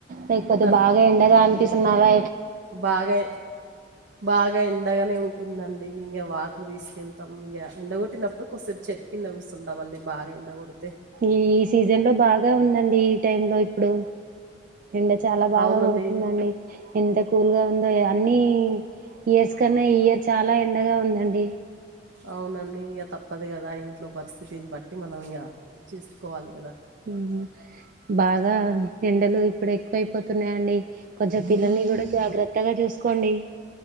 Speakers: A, on the right; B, on the right.
A: లేకపోతే
B: తట్
A: బాగా ఎండగా అన్పిస్తున్నారా
B: బాగా బాగా ఎండగానే ఉం ఉందండి ఇంగ వాటర్ తీసుకెళ్తాం ఇగ ఎండగొట్టినప్పుడు కొద్దిసేపు చెట్టు కింద కూస్తుంటాంమండి బాగా ఎండా కోడితే
A: ఈ సీజన్ లో బాగా ఉందండి ఈ టైం లో ఇప్పుడు ఎండ చాలా బాగా
B: అవునండి.
A: కోడ్తుందండి ఎంత కూల్గా ఉందో అన్ని ఇయర్స్ కన్నా ఈ ఇయర్ చాలా ఎండగా ఉందండి
B: అవునండి ఇగ తప్పదు కదా ఇంట్లో పరిస్థితిని బట్టి మనం ఇగ చేస్కోవాలి
A: ఉహ్మ్ బాగా ఎండలు ఇప్పుడు ఎక్కువై పోతున్నాయండి కొంచెం పిల్లల్ని గూడా జాగ్రత్తగా చూసుకోండి